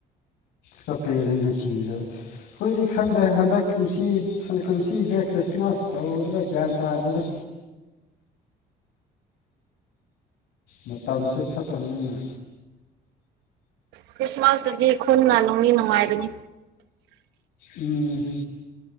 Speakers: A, on the left (about 80°); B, on the right (about 85°).
A: ꯆꯠꯄꯗ ꯅꯨꯡꯁꯤꯗ ꯑꯩꯈꯣꯏꯗꯤ ꯈꯪꯗꯦ ꯍꯟꯗꯛ ꯅꯨꯡꯁꯤ ꯟ ꯀꯟꯁꯤꯁꯦ ꯈ꯭ꯔꯤꯁꯃꯥꯁ ꯇꯧꯗ꯭ꯔ ꯒ꯭ꯌꯥꯟ ꯇꯥꯗꯅ ꯃꯇꯝꯁꯦ ꯐꯠꯇꯕꯅꯤꯅ
B: ꯈ꯭ꯔꯤꯁꯃꯥꯁꯇꯗꯤ ꯈꯨꯟꯅ ꯅꯨꯡꯒꯤ ꯅꯨꯡꯉꯥꯏꯕꯅꯤ
A: ꯎꯝ